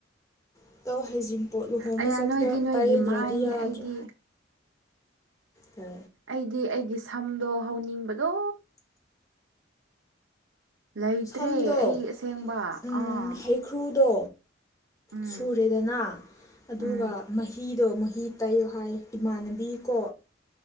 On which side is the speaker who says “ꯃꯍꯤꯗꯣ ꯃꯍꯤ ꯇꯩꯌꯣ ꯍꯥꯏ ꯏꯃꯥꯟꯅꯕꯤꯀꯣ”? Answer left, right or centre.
Left